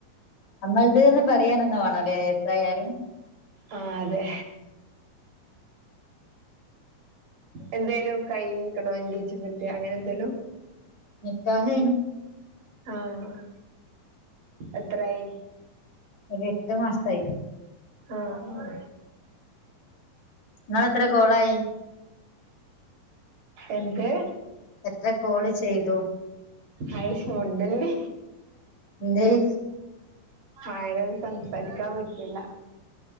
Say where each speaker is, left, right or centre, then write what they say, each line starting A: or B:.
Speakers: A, on the left (about 50°); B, on the right (about 60°).
A: നമ്മൾത് ന്ന് പറയാനൊന്നു വേണല്ലേ എത്രായാലും
B: ആഹ് അതെ എന്തേലും കഴിഞ്ഞ്ക്ക്ണോ എൻഗേജ്മെന്റ് അങ്ങനെ എന്തേലും
A: നിക്കാഹ് കഴിഞ്ഞു
B: ആഹ് എത്രായി
A: ഒരു എട്ട് മാസ്തായി
B: ആഹാ ഹാ
A: നിങ്ങളെത്ര കോളായി
B: എന്ത്‌
A: എത്ര കോള് ചെയ്തു
B: ആയ്ഷ് മുണ്ടല്ലേ
A: ന്തേയ്ച്
B: ആയ്നൊന്നും സംസാരിക്കാൻ പറ്റൂല്ലാ